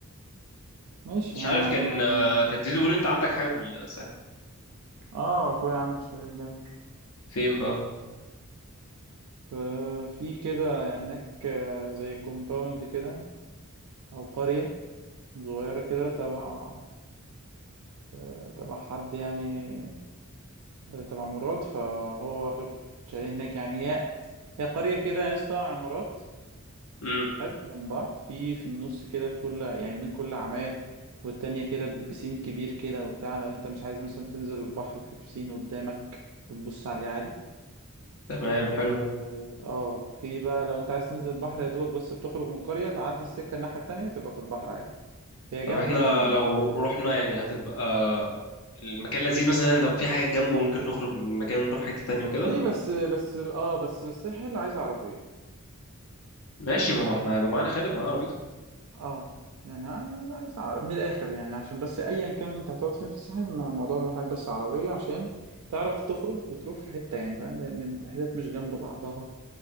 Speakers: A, on the right (about 75°); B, on the left (about 70°).
A: ماشي
B: مش
A: يا
B: عارف
A: ما
B: كان
A: أنا ما
B: آه، كان زيزو بيقول لي انت عندك حاجه في الساحل
A: آه أخويا عنده شاليه هناك
B: فين بقى
A: ف- في كده هناك آه، زي كومباوند كده أو قرية صغيرة كده تبع آه، تبع حد يعني آه، تبع مراد فهو واخد شاليه هناك يعني هي هي قرية كده يا اسطى عمارات
B: امم
A: حلو جنب بعض في في النص كده في كل يعني بين كل عماير والتانية كده بسين كبير كده وبتاع لو انت مش عايز مثلا تنزل البحر وفي بسين قدامك بتبص عليه عادي
B: تمام
A: اه
B: حلو
A: آه، في بقى لو انت عايز تنزل البحر يا دوبك بس بتخرج من القرية تعدي السكة الناحية التانية تبقى في البحر عادي هي
B: طب
A: جنب
B: احنا
A: مارينا
B: لو رو- رحنا يعني هتبقى المكان لذيذ مثلا لو في حاجه جنبه ممكن نخرج من المكان ونروح حته تانية وكده
A: في بس بس اه بس الساحل عايز عربية
B: ماشي ما
A: يعني
B: هو احنا هيبقى معانا خالد معانا عربيته
A: اه يعني عايز عايز عرب من الاخر يعني عشان بس ايا كان انت هتقعد فين في الساحل ما- الموضوع محتاج بس عربيه عشان تعرف تخرج وتروح في حته يعني فاهم لان الحتت مش جنب بعضها